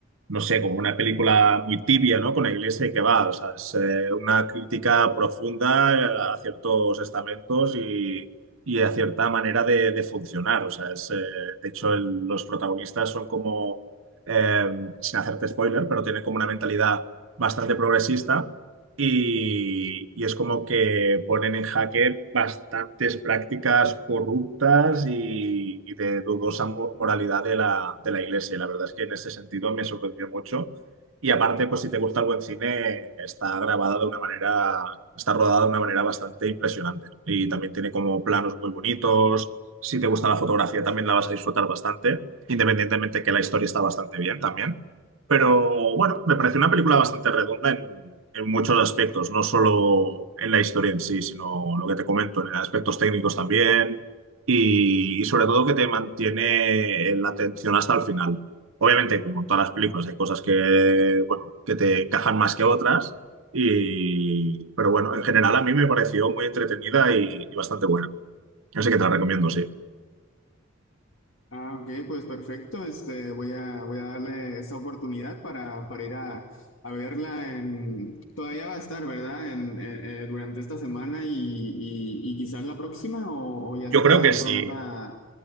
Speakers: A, on the right; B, on the left.
A: no sé, como una película muy tibia, ¿no? Con la iglesia que va, o sea, es eh, una crítica profunda eh, a ciertos estamentos y, y a cierta manera de, de funcionar, o sea, es, eh, de hecho el- los protagonistas son como, eh, sin hacerte spoiler, pero tienen como una mentalidad bastante progresista y, y es como que ponen en jaque bastantes prácticas corruptas y, y de dudosa mo- moralidad de la, de la iglesia. Y La verdad es que en ese sentido me sorprendió mucho. Y aparte, pues si te gusta el buen cine, está grabada de una manera, está rodada de una manera bastante impresionante. Y también tiene como planos muy bonitos. Si te gusta la fotografía, también la vas a disfrutar bastante, independientemente que la historia está bastante bien también. Pero bueno, me pareció una película bastante redonda en, en muchos aspectos, no solo en la historia en sí, sino lo que te comento, en aspectos técnicos también y, y sobre todo que te mantiene la atención hasta el final. Obviamente, como en todas las películas, hay cosas que, bueno, que te encajan más que otras, y, pero bueno, en general a mí me pareció muy entretenida y, y bastante buena. Así que te la recomiendo, sí.
B: Ah, ok, pues perfecto. Este, voy a, voy a darle esa oportunidad para, para ir a, a verla en, todavía va a estar, ¿verdad? En, eh, eh, durante esta semana y, y- y quizás la próxima o, o ya está
A: Yo creo que sí.
B: pronta